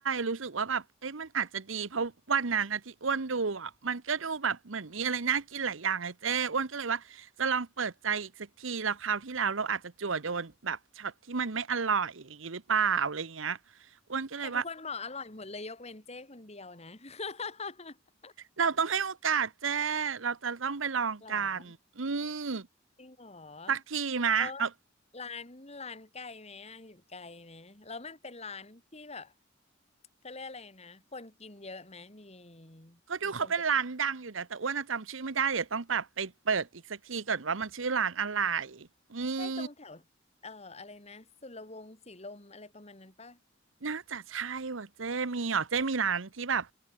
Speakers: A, on the right; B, on the left.
A: รู้สึกว่าแบบเอ้ยมันอาจจะดีเพราะวันนั้นอ่ะที่อ้วนดูอ่ะมันก็ดูแบบเหมือนมีอะไรน่ากินหลายอย่างเลยเจ้อ้วนก็เลยว่าจะลองเปิดใจอีกสักทีแล้วคราวที่แล้วเราอาจจะจั่วโดนแบบช็อตที่มันไม่อร่อยอย่างนี้หรือเปล่าอะไรอย่างเงี้ยอ้วนก็เลยว่า
B: แต่ทุกคนบอกอร่อยหมดเลยยกเว้นเจ้คนเดียวนะ <laughs>
A: เราต้องให้โอกาสเจ้ เราจะต้องไปลองกัน
B: หรอ
A: อืม
B: จริงเหรอ
A: สักทีมะเอา
B: แล้วร้านร้านไกลไหมอะอยู่ไกลไหมแล้วมันเป็นร้านที่แบบเขาเรียกอะไรนะคนกินเยอะไหมมี
A: ก็ดูเขาเป็นร้านดังอยู่นะแต่อ้วนอะจำชื่อไม่ได้
B: มีคนไปกิน
A: เดี๋ยวต้องแบบไปเปิดอีกสักทีก่อนว่ามันชื่อร้านอะไร อืม
B: ใช่ตรงแถวเอ่ออะไรนะสุรวงศ์สีลมอะไรประมาณนั้นปะ
A: น่าจะใช่ว่ะเจ้มีเหรอเจ้มีร้านที่แบบ